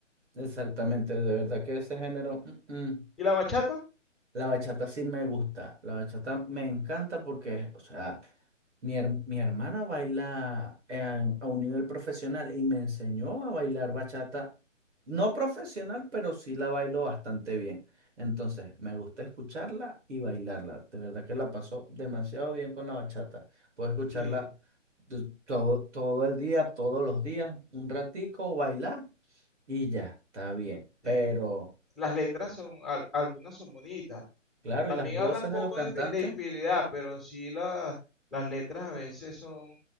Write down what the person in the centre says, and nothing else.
¿Y la bachata?
Sí,
sí. Las letras son, al- algunas son bonitas.
También
habla un poco
de, fi- de infidelidad, pero sí la- las letras a veces son